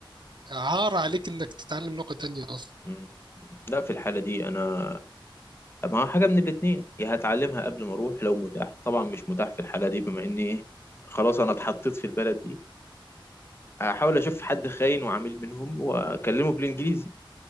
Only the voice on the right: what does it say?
وعار عليك انك تتعلم لغه تانيه اصلا